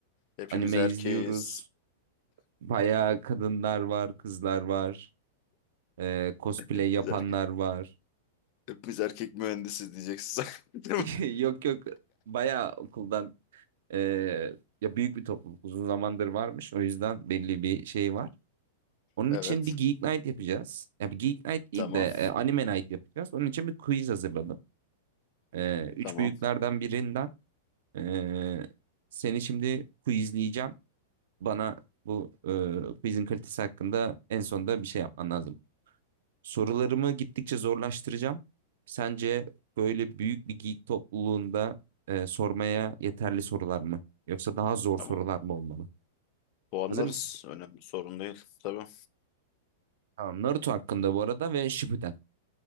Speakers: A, on the left; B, on the right.
A: Hepimiz
B: Anime
A: erkeğiz.
B: izliyoruz. Bayağı kadınlar var, kızlar var. Ee, cosplay
A: <laughs> Hepimiz
B: yapanlar
A: erkek.
B: var.
A: Hepimiz erkek mühendisiz diyeceksin. sen. <laughs> Değil
B: <laughs>
A: mi?
B: Yok yok bayağı okuldan ee, ya büyük bir topluluk uzun zamandır varmış. O yüzden belli bir şey var. Onun
A: Evet.
B: için bir Geek Night yapacağız. Ya bir Geek Night değil
A: Tamam.
B: de e, Anime Night yapacağız. Onun için bir quiz hazırladım. Ee, üç
A: Tamam.
B: büyüklerden birinden ee, seni şimdi quizleyeceğim. Bana bu ee, quizin kalitesi hakkında en sonunda bir şey yapman lazım. Sorularımı gittikçe zorlaştıracağım. Sence böyle büyük bir geek topluluğunda e, sormaya yeterli sorular mı? Yoksa daha zor
A: Tamam.
B: sorular mı olmalı?
A: Puanlarız.
B: Hazır mısın?
A: Önemli sorun değil. Tabii.
B: Tamam. Naruto hakkında bu arada ve Shippuden.